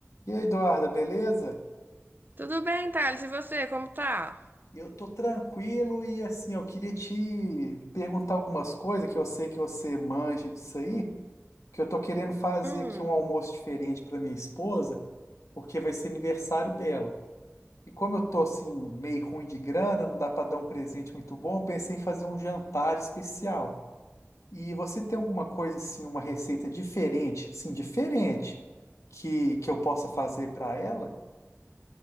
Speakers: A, on the left; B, on the right.
A: E aí, Eduarda, beleza?
B: Tudo bem, Thales? E você, como tá?
A: Eu tô tranquilo e assim, eu queria te perguntar algumas coisas que eu sei que você manja disso aí, que eu tô querendo fazer
B: Hum.
A: aqui um almoço diferente para minha esposa, porque vai ser aniversário dela. E como eu tô assim meio ruim de grana, não dá para dar um presente muito bom, eu pensei em fazer um jantar especial. E você tem alguma coisa assim, uma receita diferente, sim, diferente que que eu possa fazer para ela?